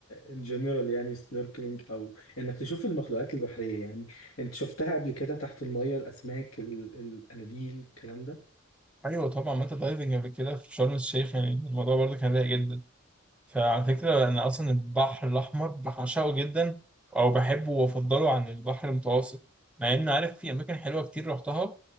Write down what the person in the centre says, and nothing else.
ايوه طبعا ما انت دايفنج قبل كده في شرم الشيخ يعني الموضوع برضه كان رايق جدا فعلى فكره انا اصلا البحر الاحمر بعشقه جدا او بحبه وافضله عن البحر المتوسط مع ان عارف في اماكن حلوه كتير رحتها